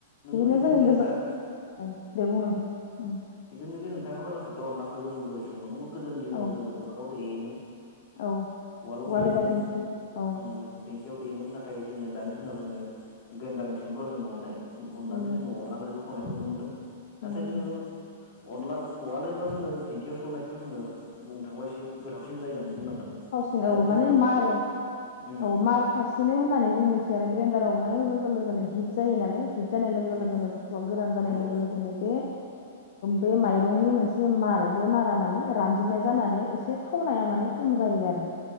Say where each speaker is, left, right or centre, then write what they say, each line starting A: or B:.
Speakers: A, on the left; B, on the left.
A: नोंगौ
B: बिदिनो
A: जिथुनाखि
B: जोङो गोजान
A: नोंथाङा
B: औ दे बुंनांथां
A: बिदिनोजे नोंथाङा <unintelligible> अनला ओंख्रिखौ जों बोरै संनो नंगौ। गोदोनि दिनाव
B: औ
A: जोङो उवालाव देयोमोन।
B: औ
A: उवालाव
B: उवाल
A: देयोमोन
B: एबा दिंखि औ
A: उम देंखोयाव देयोमोन। नाथाय जोङो दानि दिनाव जोङो ग्रन्डार मेसिनफ्राव जों उननाय
B: नुनो
A: उननानै जोङो अनला ओंरिखौ संनायखौ नुनो मोनो। नाथाय
B: नुनो मोनो
A: जोङो अनला उवाल एबा जोङो दिंखियाव सौनायखौ जोङो बुंनो थांबा एसे गोथावसिन जायो होननानै बुंनांगोन।
B: थावसिन औ
A: आरो जोङो
B: माने मार
A: अर उम
B: औ मार थासिनो होननानै जों मिथि केयार ग्रेडाराव अनाय लोगो लोगोनो हिट जायो नालाय। हिट जानाय लोगो
A: उम
B: लोगोनो बुस्थुआ गोरान जानाय
A: नंगौ
B: लोगो लोगोनो बे बे माइरंनि मोनसे मार बे मारा माने रानजोबनाय जानानै एसे थावनाया माने खम जायो आरो।